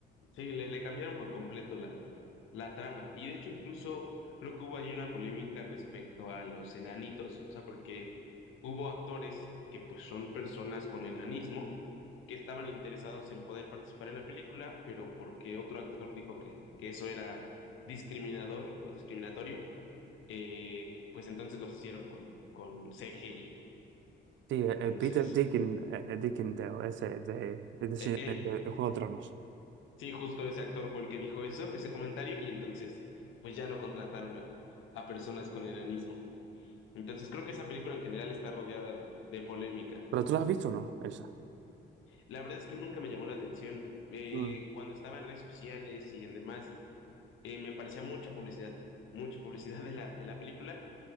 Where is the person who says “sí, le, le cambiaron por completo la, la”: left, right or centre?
Left